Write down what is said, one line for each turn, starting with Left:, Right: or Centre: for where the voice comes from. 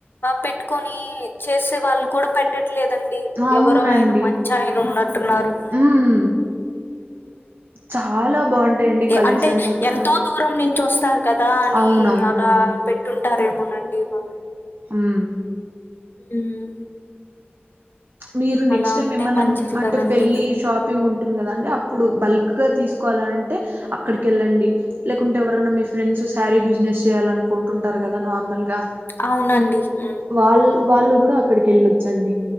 Left: పెట్టుకొని చేసే వాళ్ళు కూడా పెట్టట్ ట్లేదండి
Right: అవునండి
Left: ఎవరో ఆయన మంచాయన ఉన్నట్టున్నారు
Right: ఉమ్ చాలా బాగుంటాయండి కలెక్షన్స్
Left: అంటే
Right: అక్కడ
Left: ఎంతో దూరం నుంచి వస్తారు కదా అని
Right: అవునవునండి
Left: అలా పెట్టుంటారేమోనండి వా
Right: మ్మ్
Left: మ్మ్
Right: మీరు నెక్స్ట్
Left: అలా
Right: టైమ్
Left: ఉంటే
Right: ఏమన్నా
Left: మంచిది
Right: అంటే
Left: కదండి
Right: పెళ్ళి షాపింగ్ ఉన్ టది కదండి అప్పుడు బల్క్ గా తీసుకోవాలంటే అక్కడికి వెళ్ళండి లేకుంటే ఎవరన్నా మీ ఫ్రెండ్స్ శారీ బిజినెస్ చేయాలనుకుంటుంటారు కదా నార్మల్ గా
Left: అవునండి మ్మ్
Right: వాళ్ వాళ్ళు కూడా అక్కడికి ఎళ్ళొచ్చండి